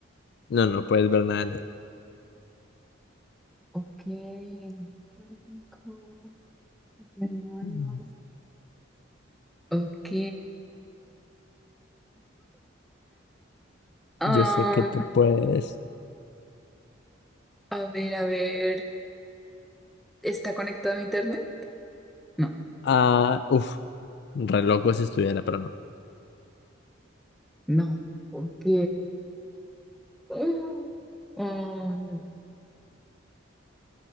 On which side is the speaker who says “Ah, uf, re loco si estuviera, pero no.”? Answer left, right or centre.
Left